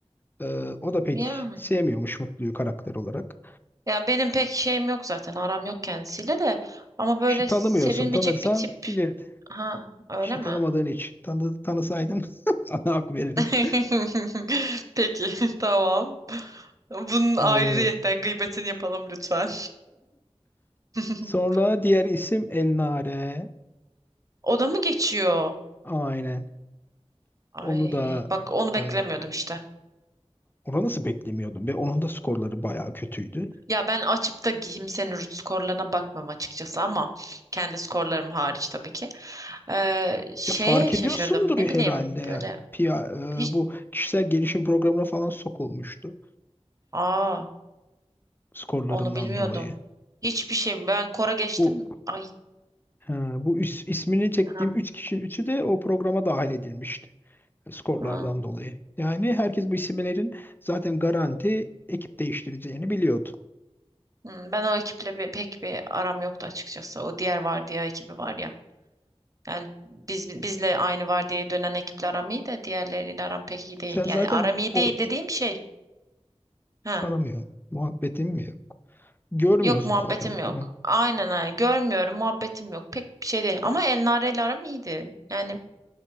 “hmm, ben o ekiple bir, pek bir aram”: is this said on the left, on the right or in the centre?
Right